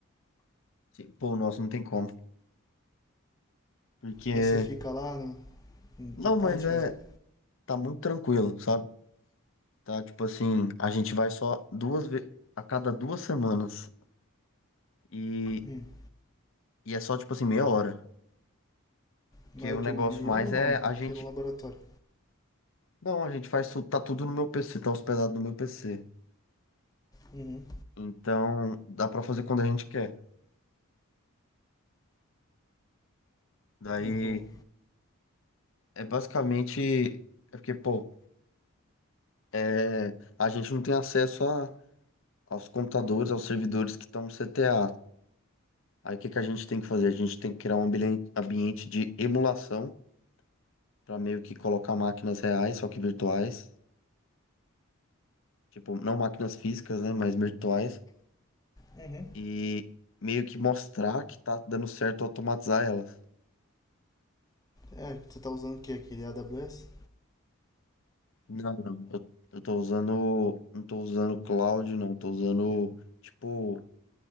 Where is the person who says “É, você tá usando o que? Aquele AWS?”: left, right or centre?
Left